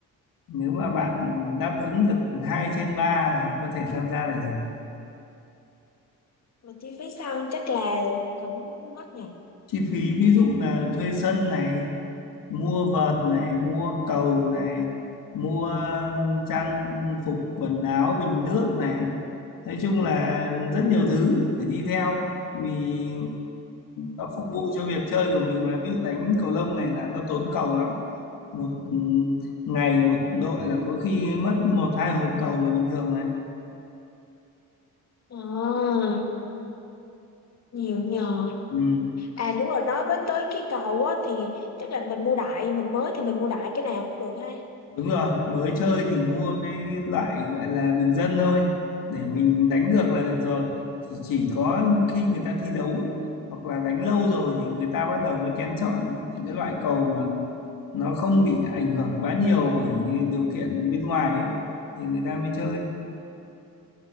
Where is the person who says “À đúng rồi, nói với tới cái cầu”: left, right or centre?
Left